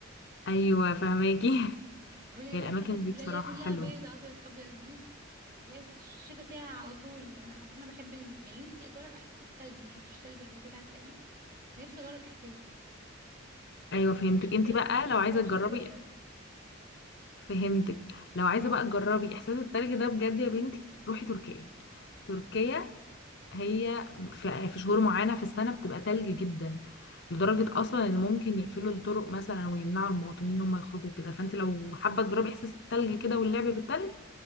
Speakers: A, on the left; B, on the right.
A: ايوه فهماكي <laughs>
B: واللي
A: هي
B: هي بقى
A: الاماكن
B: الحتت
A: دي
B: كلها
A: بصراحة
B: اللي هي كلها
A: حلوة
B: بيضه ابيض في ابيض دي اللي هي الشتا فيها على طول أنا- اصل انا بحب ال... كان نفسي اجرب احساس التلج ما شفتش تلج قبل كده على الحقيقه فنفسي اجرب احساسه
A: ايوه فهمتك
B: انا شخصيه
A: انت بقى
B: شخصيه
A: لو عايزة تجربي
B: شتويه اصلا
A: فهمتك لو عايزة بقى تجربي احساس التلج ده بجد يا بنتي روحي تركيا تركيا هي في في شهور معينة في السنة بتبقى تلج جدا لدرجة أصلا إن ممكن يقفلوا الطرق مثلا ويمنعوا المواطنين إن هم يخرجوا كده فأنت لو حابة تجربي إحساس التلج كده واللعب بالتلج